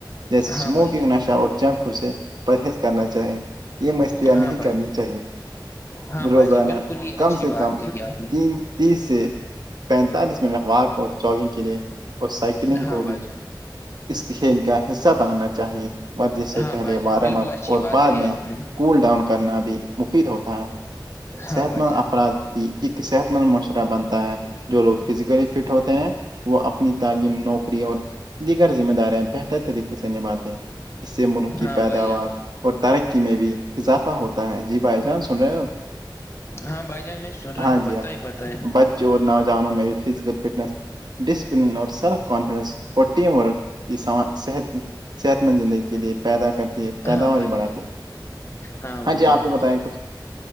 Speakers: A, on the right; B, on the left.
A: جیسے
B: ہاں
A: سموکنگ
B: بھائی جان
A: نشہ اور جنک فوڈ سے پرہیز کرنا چاہیں یہ مشار
B: ہاں
A: نہیں
B: بھائی
A: کرنی
B: جان
A: چاہیے
B: ہاں
A: روزانہ
B: بھائی جان بالکل ہی
A: کم
B: اچھی
A: سے
B: بات
A: کم
B: کہی آپ نے
A: تین تیس سے پینتالیس منٹ واک اور جگنگ کے لیے اور سائیکلنگ
B: ہاں
A: کو
B: بھائی
A: بھی
B: جان
A: اس کھیل کا حصہ بنانا چاہیے جس سے
B: ہاں
A: پہلے
B: بھائی جان
A: وارم
B: بالکل
A: اپ
B: اچھی
A: اور
B: بات
A: بعد
B: کہی
A: میں
B: آپ نے
A: کول ڈاؤن کرنا بھی مفید ہوتا ہے
B: ہاں
A: صحت
B: بھائی
A: مند
B: جان
A: افراد ہی ایک صحت مند معاشرہ بنتا ہے جو لوگ فزیکلی فٹ ہوتے ہیں وہ اپنی تعلیم نوکری اور دیگر ذمہ داریاں بہتر طریقے سے نبھاتے ہیں اس سے ملک کی
B: ہاں
A: پیداوار
B: بھائی جان
A: اور ترقی میں بھی اضافہ ہوتا ہے جی بھائی جان سن رہے ہو
B: ہاں بھائی جان میں سن رہا
A: ہاں
B: ہوں
A: جی
B: بتائے
A: ہاں
B: بتائے
A: بچے اور نہوجانوں میں بھی فزیکل فٹنس ڈسپلین اور سیلف کانفڈنس ٹیم ورک یہ صحت صحت مند زندگی کے لیے پیدا کرتی ہے پیداواری
B: ہاں بھائی جان
A: بڑھاتی ہے
B: ہاں بھائی
A: جی
B: جان
A: آپ بھی بتائیں کچھ